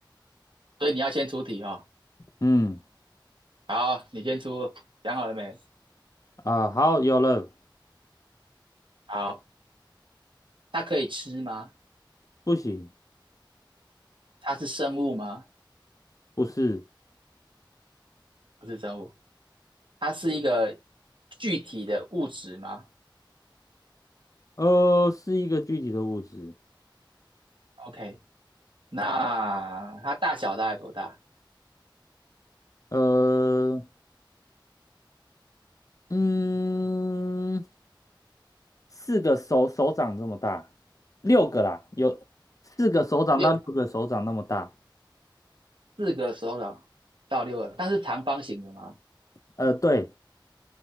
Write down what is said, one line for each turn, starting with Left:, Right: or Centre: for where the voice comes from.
Right: 所以你要先出题哈、
Left: 嗯，
Right: 哦，好，你先出，想好了没？
Left: 啊，好，有了。
Right: 好，它可以吃吗？
Left: 不行，
Right: 它是生物吗？
Left: 不是，
Right: 不是生物，它是一个具体的物质吗
Left: 呃，是一个具体的物质。
Right: ？OK，那它大小大概多大？
Left: 呃，嗯。四个手手掌这么大，六个啦，有四个手掌到六个手掌那么大。
Right: 六四个手掌到六个，但是长方形的吗？
Left: 呃，对